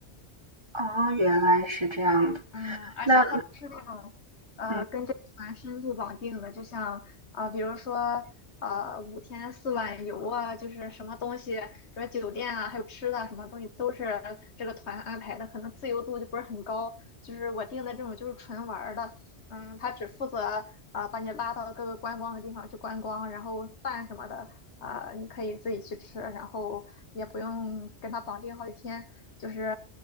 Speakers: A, on the right; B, on the left.
A: 哦，原来是这样的。
B: 嗯，而且它不是那种呃跟这个团深度绑定的，
A: 那嗯，
B: 就像啊呃比如说呃五天四晚游啊，就是什么东西，比如酒店啊，还有吃的什么东西都是这个团安排的，可能自由度就不是很高。就是我订的这种就是纯玩儿的，嗯，他只负责啊、呃把你拉到各个观光的地方去观光，然后饭什么的啊、呃你可以自己去吃，然后也不用跟他绑定好几天。就是